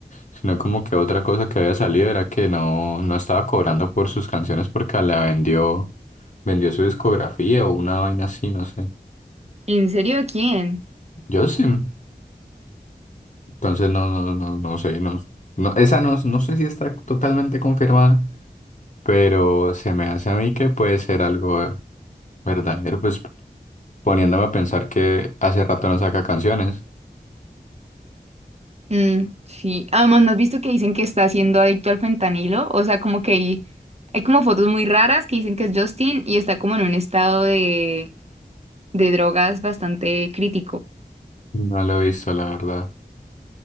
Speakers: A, on the left; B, on the right.
A: sino como que otra cosa que había salido era que no, no estaba cobrando por sus canciones porque la vendió, vendió su discografía o una vaina así, no sé.
B: ¿En serio quién?
A: Yo sí, entonces no, no, no, no sé, no, no, esa no, no sé si está totalmente confirmada, pero se me hace a mí que puede ser algo verdadero, pues poniéndome a pensar que hace rato no saca canciones.
B: Mm, sí, además, ¿no has visto que dicen que está siendo adicto al fentanilo? O sea, como que hay, hay como fotos muy raras que dicen que es Justin y está como en un estado de, de drogas bastante crítico,
A: No lo he visto, la verdad.